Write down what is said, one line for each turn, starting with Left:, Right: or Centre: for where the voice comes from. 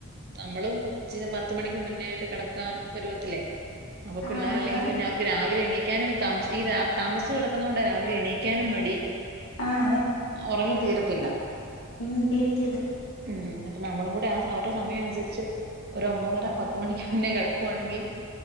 Right: നമ്മളും ഇചി പത്ത് മണിക്ക് മുന്നേയിട്ട് ടക്കാൻ പരുവത്തില്ലേ. അപ്പൊ
Left: ആഹ്
Right: പിള്ളാര്
Left: നമ്മള്
Right: അല്ലെങ്കിൽ പിന്നെ അവർക്ക് രാവിലെ എണിക്കാ ക്കാനും തമ മ ഈ താമസി കിടക്കുന്ന കൊണ്ട് രാവിലെ എണീക്കാനും മടി.
Left: ആഹ്
Right: ഉറങ്ങി തീരത്തില്ല.
Left: നിന്തിർത്തില്ല.
Right: ഉം അപ്പൊ നമ്മളും കൂടെ അവരുടെ സമയം അനുസരിച്ച് ഒരു ഒമ്പതര പത്ത് മണിക്ക് മുന്നേ കിടക്കുവാണെങ്കിൽ.